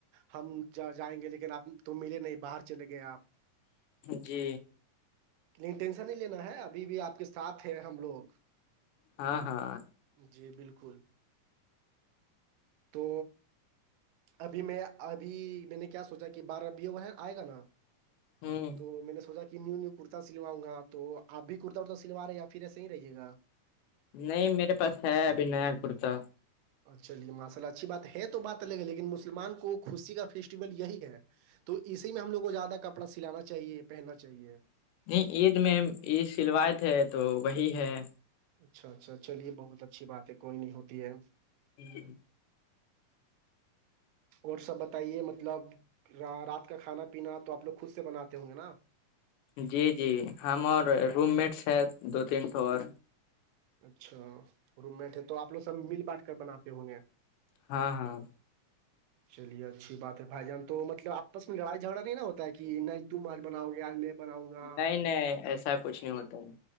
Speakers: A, on the right; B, on the left.
A: ہم جائیں گے لیکن آپ تو ملے نہیں باہر چلے گئے آپ
B: جی
A: نہیں ٹینشن نہیں لینا ہے ابھی بھی آپ کے ساتھ ہیں ہم لوگ
B: ہاں ہاں
A: جی بالکل تو ابھی میں ابھی میں نے کیا سوچا کہ بارہ بھیو ہے آئے گا نا
B: ہوں
A: تو میں نے سوچا کہ نیو نیو کرتا سلواؤ گا توپ بھی کرتا رتا سلواے یا پھر ایے ہی رہیےا
B: نہیں میرے پاس ہے ابھی نیا کرتا
A: چلیے ماشصالہ اچھی بات ہے تو بات الگ ہے لیکن مسلمان کو خوشی کا فیسٹیول یہی ہے تو اسی میں ہم لو کو زیادہ کپڑا سلانا چاہیے پہننا چاہیے
B: نہیں عید میں عید سلویت ہے تو وہی ہے
A: اچھا اچھا چلیے بہت اچھی بات ہے کوئی نہیں ہوتی ہے
B: ج <unintelligible>
A: اور سب بتائیے مطلب رات کا کھانا پینا تو آپ لوگ خود سے بناتے ہوں گے نا
B: جی جی ہم اور روم مٹس ہے دو تین ٹور
A: اچھا روم مٹ ہے تو آپ لوگ سب مل بانٹ کر بناتے ہوں گے
B: ہاں ہاں
A: چلیے اچھی بات ہے بھائی جان تو مطلب آپس میں لڑائی جھگڑا نہیں نا ہوتا ہے کہ تم آج بناؤ گے ج میں بناؤں گا
B: نہیں ایسا کچھ نہیں ہوتا تو <unintelligible>